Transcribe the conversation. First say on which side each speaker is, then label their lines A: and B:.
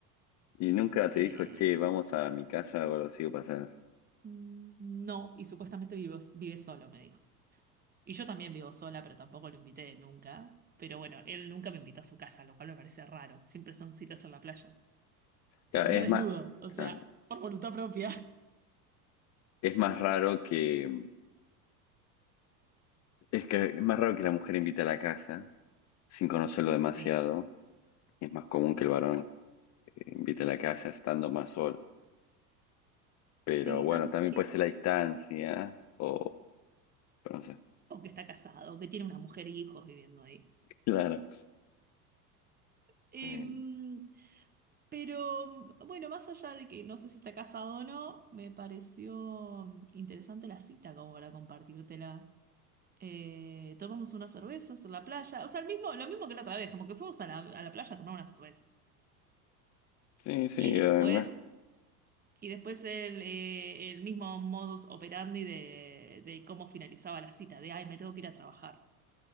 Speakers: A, on the left; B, on the right.
A: Y nunca te
B: Eh,
A: dijo, che, vamos a mi casa o algo así, o pasás.
B: no, y supuestamente vivo- vive solo, me dijo. Y yo también vivo sola, pero tampoco lo invité nunca. Pero bueno, él nunca me invitó a su casa, lo cual me parece raro. Siempre son citas en la playa.
A: Claro,
B: Terminó
A: es
B: desnudo,
A: más,
B: o
A: claro,
B: sea, por voluntad propia.
A: es más raro que, es que es más raro que la mujer invite a la casa sin conocerlo demasiado.
B: Sí.
A: Es más común que el varón eh, invite a la casa estando más solo. Pero
B: Sí,
A: bueno,
B: así
A: también
B: que.
A: puede ser la distancia, o, pero no sé.
B: o que está casado, o que tiene una mujer y hijos viviendo ahí.
A: Claro.
B: Em,
A: Eh,
B: pero bueno, más allá de que no sé si está casado o no, me pareció mm, interesante la cita como para compartírtela. Eh, tomamos unas cervezas en la playa, o sea, el mismo, lo mismo que la otra vez, como que fuimos a la, a la playa a tomar unas cervezas.
A: Sí, sí,
B: Y
A: eh,
B: después,
A: no.
B: y después el, eh, el mismo modus operandi de, de cómo finalizaba la cita, de, ay, me tengo que ir a trabajar,